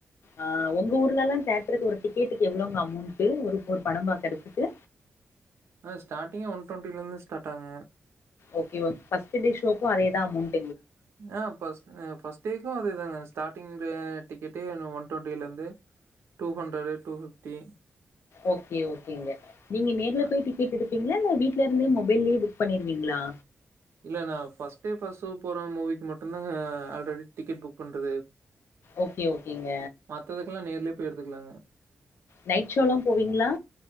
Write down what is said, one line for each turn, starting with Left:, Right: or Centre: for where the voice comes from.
Left: ஆஹ் உங்க ஊர்ல எல்லாம் தோட்டருக்கு க்கு ஒரு டிக்கெட்டுக்கு எவ்வளவுங்க அமௌண்ட் ஒரு ஒரு படம் பார்கறத்துக்கு
Right: ஆஹ ஸ்டார்டி் ஒன் டுவெண்ட்டில இருந்து ஸ்டார்ட் ஆகுங்க
Left: ஓகே ஃபர்ஸ்ட்ட்டு டே ஷோக்கும் அதேதான் அமௌன்டா
Right: ஆஹ் பஸ்ட்டேக்கும் அதேதான் ஹ ஸ்டாரிங் டிக்கெட்டு ஒன் டுவெண்ட்டில இருந்து two hundred two fifty
Left: okay ஓகேங்க நீங்க நேர்ல
Right: அ
Left: போய் டிக்கெட் எடுப்பீங்கலா இ வீட்டுல இருந்த மொபைல்லயே புக் பண்ணிருவீங்களா
Right: இல்ல நான் ஃபஸ்ட்டே பர்ஸ்ட் ஷோ போறன் மூவிக்கு மட்டும்தாங்க ஆல்ரெடி டிக்கெட் புக் பண்றது
Left: ஓகே ஓகேங்க
Right: மத்ததுக்கெல்லாம் நேர்லயே போய் எடுத்துக்கலாங்க
Left: நைட் ஷோலாம் போவீங்களா